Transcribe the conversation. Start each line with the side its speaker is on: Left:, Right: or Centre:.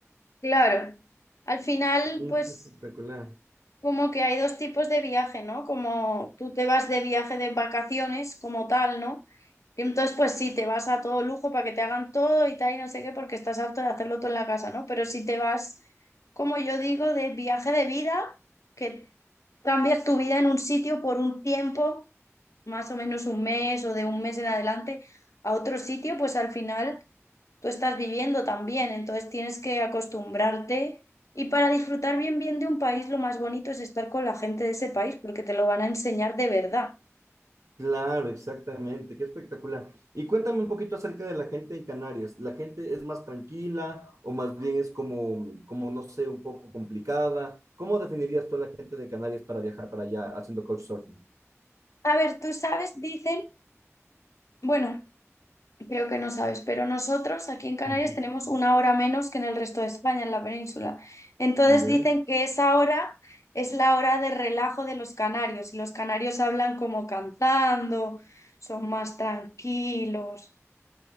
Left: Claro. Al final,
Right: Mm,
Left: pues
Right: qué espectacular.
Left: Como que hay dos tipos de viaje, ¿no? Como tú te vas de viaje de vacaciones como tal, ¿no? Y entonces, pues sí, te vas a todo lujo para que te hagan todo y tal y no sé qué, porque estás harto de hacerlo todo en la casa, ¿no? Pero si te vas, como yo digo, de viaje de vida, que cambias tu vida en un sitio por un tiempo, más o menos un mes o de un mes en adelante, a otro sitio, pues al final tú estás viviendo también, entonces tienes que acostumbrarte y para disfrutar bien bien de un país lo más bonito es estar con la gente de ese país porque te lo van a enseñar de verdad.
Right: Claro, exactamente, qué espectacular. Y cuéntame un poquito acerca de la gente en Canarias. ¿La gente es más tranquila o más bien es como, como no sé, un poco complicada? ¿Cómo definirías tú a la gente de Canarias para viajar para allá haciendo couchsurfing?
Left: A ver, tú sabes, dicen, bueno, creo que no sabes, pero nosotros aquí
Right: <laughs>
Left: en Canarias
Right: Ujú.
Left: tenemos una hora menos que en el resto de España, en la península. Entonces
Right: ¿Ya?
Left: dicen que esa hora es la hora de relajo de los canarios y los canarios hablan como cantando, son más tranquilos.